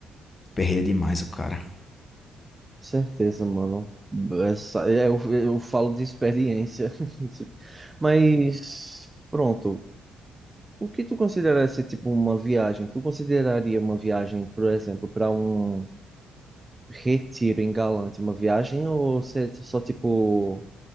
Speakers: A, on the left; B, on the right.
A: aperreiam demais o cara.
B: certeza, mano. Essa, é, eu, eu falo de experiência. <laughs> Mas, pronto, o que tu considera ser tipo uma viagem? Tu consideraria uma viagem, por exemplo, para um retiro em Galante uma viagem ou você só tipo